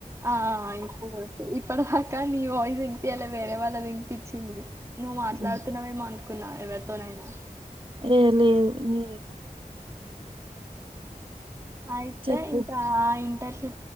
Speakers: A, on the right; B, on the right.
A: ఆ ఆ ఇప్పుడు ఓకే ఇప్పు ఇప్పటిదాకా నీ వాయిస్ వినిపియ్యలే, వేరే వాళ్ళది వినిపించింది. నువ్వు మాట్లాడుతున్నావేమో
B: ఉమ్.
A: అను కున్నా ఎవరితోనైనా
B: ఏ లేదు నీ
A: అయితే
B: చెప్పు
A: ఇంకా ఇంటర్